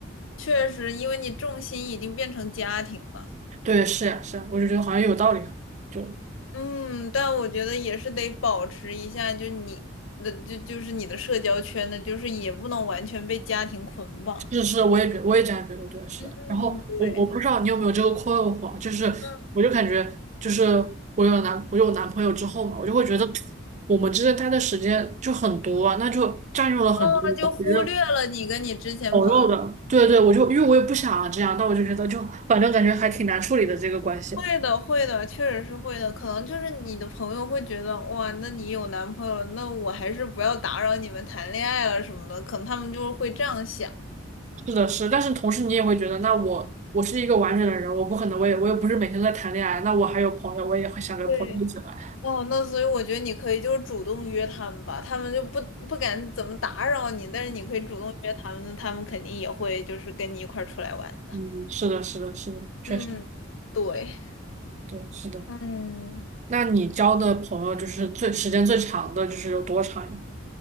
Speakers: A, on the left; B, on the right.
A: 确实，因为你重心已经变成家庭了。
B: 对，是呀、是呀、我就觉得好像有道理啊。就
A: 嗯，但我觉得也是得保持一下，就你的就就是你的社交圈的，就是也不能完全被家庭捆绑。
B: 是是，我也觉我也这样觉得，对，是。
A: 嗯，
B: 然后我我不知道你有没有这个困惑，
A: 对，
B: 就是我就感觉就是我有男我有男朋友之后嘛，
A: 嗯，
B: 我就会觉得我们之间待的时间就很多啊，那就占用了很多我觉得。
A: 哦，就忽略了你跟你之前朋友。
B: 朋友的，对对，我就因为我也不想这样，但我就觉得就反正感觉还挺难处理的这个关系。
A: 会的，会的，确实是会的。可能就是你的朋友会觉得，哇，那你有男朋友了，那我还是不要打扰你们谈恋爱了什么的。可能他们就会这样想。
B: 是的，是，但是同时你也会觉得，那我我是一个完整的人，我不可能，我也我也不是每天都在谈恋爱，那我还有朋友，我也会想跟朋友一起玩。
A: 对，哦，那所以我觉得你可以就是主动约他们吧，他们就不不敢怎么打扰你，但是你可以主动约他们，那他们肯定也会就是跟你一块儿出来玩的。
B: 嗯，是的，是的，是的，确实，
A: 嗯，对，
B: 对，是的。
A: 嗯
B: 那你交的朋友就是最时间最长的，就是有多长呀？